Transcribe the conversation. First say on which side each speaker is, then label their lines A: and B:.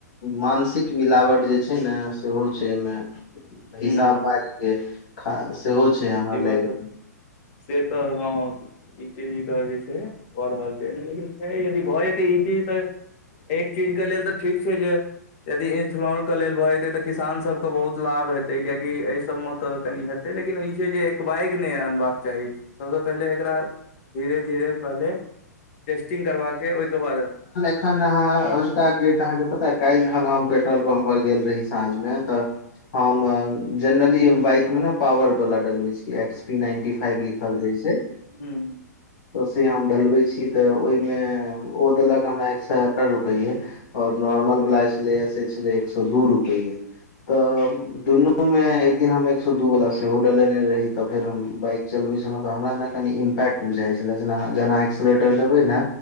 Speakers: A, on the left; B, on the left.
A: मानसिक मिलावट जे छै ने सेहो छै एहिमे
B: ह
A: हिसाब
B: ह
A: बारी के ख सेहो छै हमरा
B: ई
A: लाग
B: बात तऽ से तऽ हँ ई चीज के जे छै भऽ रहल छै लेकिन यदि भऽ जेतै ई चीज तऽ एक चीज के लेल तऽ ठीक छै जे यदि इथनॉल के लेल भऽ जेतै तऽ किसान सब के बहुत लाभ हेतै कियाकि एहि सब मे तऽ कनि हेत लेकिन ई छै जे एकबागि नहि अनबाक चाही सबसँ पहिले एकरा धीरे धीरे पहले टेस्टिंग करबाक चाही ओहिके बाद
A: अखन अहाँ अजुका डेट अहाँके पता काल्हि खन हम पेट्रोल पम्प पर गेल रही साँझ मे तऽ हम जेनरली बाइक मे नऽ पावर वाला डलवै छी एक्स पी नाइन्टी फाइव लि खल रहै छै
B: हूंम्म हूंम्म
A: तऽ से हम डलबै छी तऽ ओहिमे ओ देलक हमरा एक सए सतर रुपैए आओर नॉर्मल वला छलै से छलै एक सौ दू रुपैये तब दुनू मे एकदिन हम एक सौ दू वाला सेहो डलेने रही तऽ फेर हम बाइक चलबे छलहुँं तऽ हमरा नऽ कनी इम पेक्ट बुझाइ छले जेना जेना एक्सलेटर लेबे ने